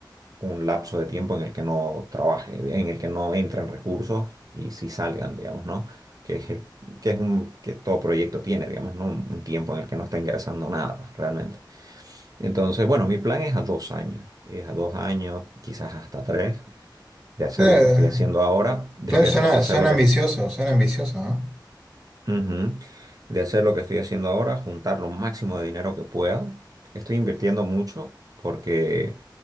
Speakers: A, on the right (about 50°); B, in the centre.
A: un lapso de tiempo en el que no trabaje, en el que no entren recursos y si salgan, digamos, ¿no? Que es el- que es un, que todo proyecto tiene, digamos, ¿no? Un, un tiempo en el que no está ingresando nada realmente. Entonces, bueno, mi plan es a dos años, es a dos años, quizás hasta tres, de hacer
B: Eh,
A: lo que estoy haciendo ahora, de
B: suena, suena
A: hacer hacer
B: suena
A: lo que
B: ambicioso,
A: estoy
B: suena ambicioso, ¿no?
A: Ujú. De hacer lo que estoy haciendo ahora, juntar lo máximo de dinero que pueda. Estoy invirtiendo mucho porque